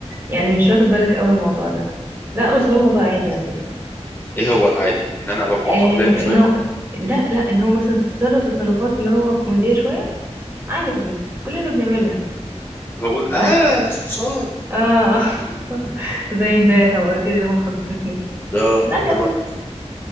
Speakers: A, on the right; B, on the left.
A: يعني مش واخد بالك قوي الموضوع ده لا بس هو الموضوع عادي على فكرة
B: ايه هو العادي ان انا ابقى معقق
A: ان
B: لايم
A: إن
B: شويه
A: هو لا لا ان هو مثلا تتصرف تصرفات اللي هو كوميدية شوية عادي كلنا بنعملها
B: هقول اه
A: بس
B: صرصار
A: اه <laughs> زي امبارح ما قلت لي اللي هو خضتني
B: ده
A: لا
B: والله
A: يا ما